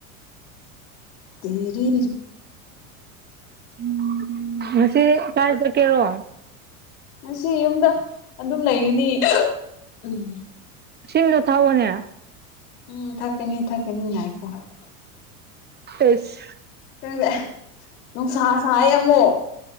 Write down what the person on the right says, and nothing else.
ꯎꯝ ꯉꯁꯤ ꯀꯥꯏ ꯆꯠꯀꯦꯔꯣ
ꯎ ꯁꯤꯃꯤꯅꯣ ꯊꯥꯑꯣꯅꯦ
ꯐꯁ